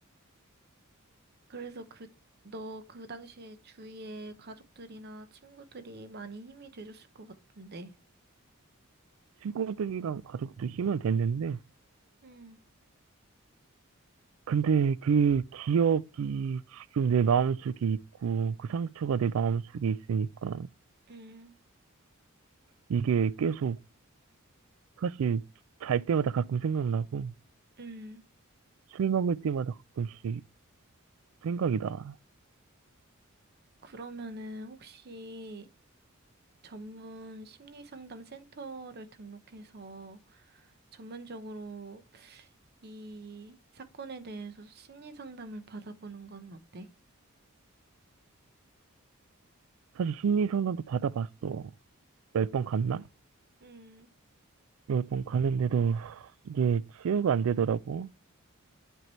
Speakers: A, on the right; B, on the right.
A: 그래서 그, 너 그 당시에 주위에 가족들이나 친구들이 많이 힘이 돼줬을 것 같은데.
B: 친구들이랑 가족도 힘은 됐는데,
A: 음,
B: 근데 그 기억이 지금 내 마음속에 있고, 그 상처가 내 마음속에 있으니까,
A: 음.
B: 이게 계속, 사실 잘 때마다 가끔 생각나고,
A: 음,
B: 술 먹을 때마다 가끔씩 생각이 나.
A: 그러면은 혹시 전문 심리 상담 센터를 등록해서 전문적으로 이 사건에 대해서 심리 상담을 받아보는 건 어때?
B: 사실 심리 상담도 받아봤어. 열 번
A: 음,
B: 갔나?
A: 음,
B: 열 번 가는데도 이게 치유가 안 되더라고.